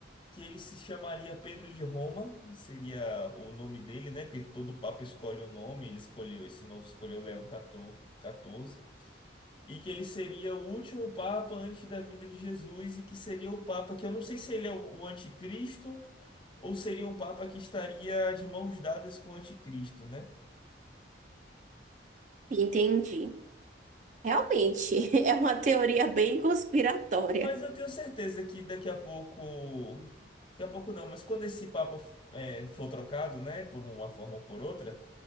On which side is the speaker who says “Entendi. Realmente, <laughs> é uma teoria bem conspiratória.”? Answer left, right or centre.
Right